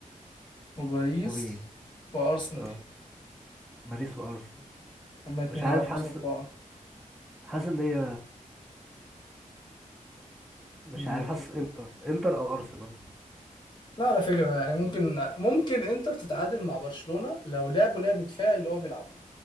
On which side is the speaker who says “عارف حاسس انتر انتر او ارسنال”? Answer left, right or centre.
Centre